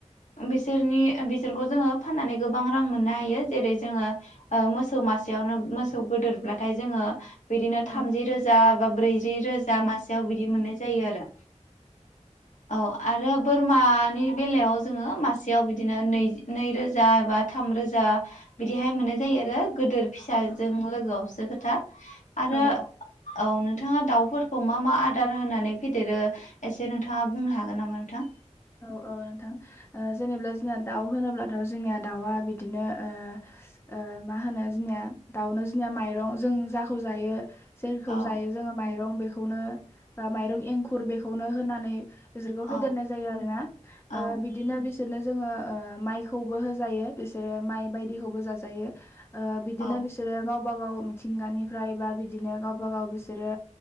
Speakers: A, on the left; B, on the left.
A: बिसोरनि बिसोरखौ जोङो फाननानै गोबां रां मोननो हायो जेरै जोङो ओ मोसौ मासेयावनो मोसौ गोदोरब्लाथाय जोङो बिदिनो
B: औ
A: थामजि रोजा बा ब्रैजि रोजा मासेयाव बिदि मोननाय जायो आरो औ आरो बोरमानि बेलायाव जोङो मासेयाव बिदिनो नै नैरोजा एबा थामरोजा बिदिहाय मोननाय जायो आरो गोदोर फिसाजों लोगोआवसो खोथा। आरो
B: औ
A: औ नोंथाङा दाउ फोरखौ मा मा आदार होनानै फेदेरो एसे नोंथाङा बुंनो हागोन नामा नोंथां?
B: औ औ नोंथां ओ जेनेब्ला जोंना दाउ होनोब्लाथ' जोंनिया दाउआ बिदिनो ओ ओ मा होनो जोंनिया दाउनो जोंनिया माइरं जों जाखौ जायो जेरखौ
A: औ
B: जायो जोङो माइरं बे खौनो ओ माइरं एंखुर बेखौनो होनानै बिसोरखौ
A: औ
B: फेदेरनाय आरोना
A: औ
B: ओ बिदिनो बिसोरनो जोङो ओ माइखौबो होजायो बिसोरो माइ बायदिखौबो जाजायो। ओ बिदिनो
A: औ
B: बिसोरो गाव गावबा गाव मिथिंगानिफ्राय बा बिदिनो गावबा गाव बिसोरो